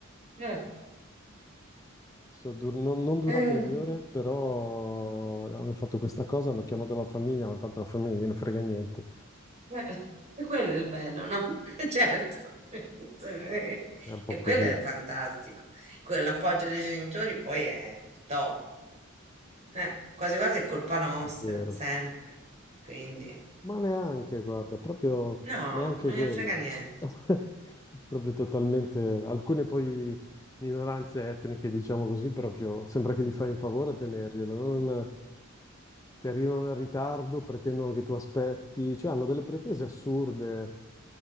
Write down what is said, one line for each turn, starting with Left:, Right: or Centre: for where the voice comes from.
Right: Eh,
Left: So, dur- non, non durante
Right: eh,
Left: le mie ore, però hanno fatto questa cosa, hanno chiamato la famiglia, ma tanto la famiglia non gliene frega niente,
Right: eh, e quello è il bello, no? <laughs> Certo, <laughs> e
Left: è un po' così,
Right: quello è fantastico. Quello, l'appoggio dei genitori poi è il top. Eh, quasi quasi è colpa nostra,
Left: zero.
Right: sempre. Quindi,
Left: Ma neanche, guarda, proprio
Right: no,
Left: neanche
Right: non me
Left: quello.
Right: ne frega niente.
Left: <laughs> Proprio totalmente. Alcune poi minoranze etniche, diciamo così, proprio sembra che gli fai un favore a tenerglielo. Non, ti arrivano in ritardo, pretendono che tu aspetti, cioè hanno delle pretese assurde,